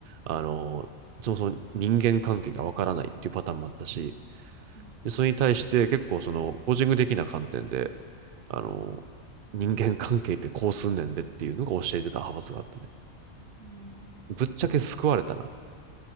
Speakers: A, on the right (about 65°); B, on the right (about 85°).
A: あの、そもそも人間関係がわからないっていうパターンもあったし、
B: うん。
A: で、それに対して結構そのコーチング的な観点で、あの、人間関係ってこうすんねんでっていうのが教えてた派閥があったね。
B: うん
A: ぶっちゃけ救われたな。